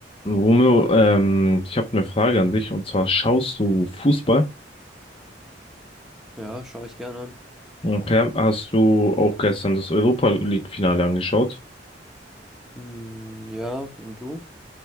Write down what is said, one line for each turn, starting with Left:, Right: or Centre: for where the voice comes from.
Left: Romeo, ähm, ich habe eine Frage an dich und zwar schaust du Fußball?
Centre: Ja, schaue ich gerne an.
Left: Okay, hast du auch gestern das Europa League-Finale angeschaut?
Centre: Hm, ja, und du?